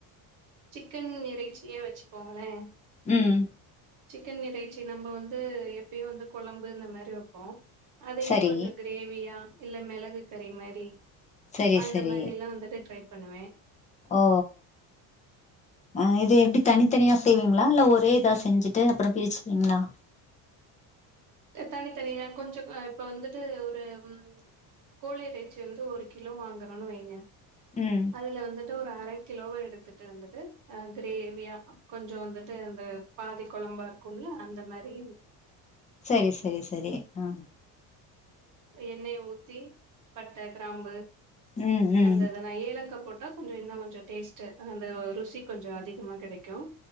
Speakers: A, on the right; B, on the left.
A: சிக்கன் இறைச்சியே வச்சுக்கோங்களேன்
B: ம்
A: சிக்கன் இறைச்சி நம்ப வந்து எப்பயோ வந்து குழம்பு இந்த மாரி வப்போம் அதையே
B: சரி
A: கொஞ்சம் கிரேவியா இல்ல மிளகு கறி மாரி
B: செரி
A: அந்த
B: செரி
A: மாரிலா ட்ரை பண்ணுவேன்
B: ஓ ஓ தனித்தனியா செய்வீங்களா இல்ல ஒரே இதா செஞ்சுட்டு அப்புறம் பிரிச்சுப்பீங்களா
A: தனி தனியா கொஞ்சமா இப்ப வந்துட்டு ஒரு ம் கோழி‌ இறைச்சிய வந்து ஒரு கிலோ வாங்குறோம்னு வைங்க
B: ம்
A: அதுல வந்துட்டு ‌ஒரு அர கிலோவ எடுத்துட்டு வந்துட்டு ஆ கிரேவியா கொஞ்சம் வந்துட்டு இந்த பாதி குழம்பா <unintelligible> அந்த மாரி
B: செரி செரி செரி ம்
A: எண்ணெய் ஊத்தி பட்டை கிராம்பு
B: ம் ம்
A: அந்த இதெல் ஏலக்காய போட் கொஞ்சோம் இன்னும் கொஞ்ச டேஸ்ட் அந்த ருசி கொஞ்சோம் அதிகமா கெடைக்கும்